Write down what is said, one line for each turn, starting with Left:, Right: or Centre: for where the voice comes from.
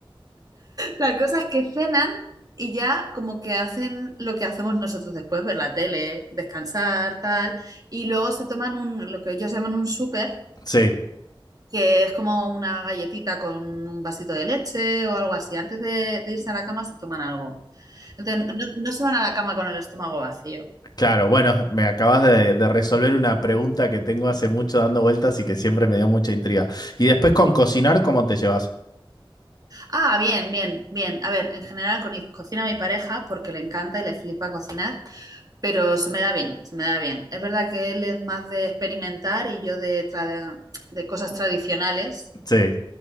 Right: La cosa es que cenan y ya como que hacen lo que hacemos nosotros después, ver la tele, descansar, tal, y luego se toman un, lo que ellos llaman un súper,
Left: Sí.
Right: que es como una galletita con un vasito de leche o algo así. Antes de, de irse a la cama se toman algo. Entonces, no, no no se van a la cama con el estómago vacío.
Left: Claro, bueno, me acabas de, de resolver una pregunta que tengo hace mucho dando vueltas y que siempre me dio mucha intriga. Y después con cocinar, ¿cómo te llevas?
Right: Ah, bien, bien, bien. A ver, en general co- cocina mi pareja porque le encanta y le flipa cocinar. Pero se me da bien, se me da bien. Es verdad que él es más de experimentar y yo de, tra- de cosas tradicionales.
Left: Sí.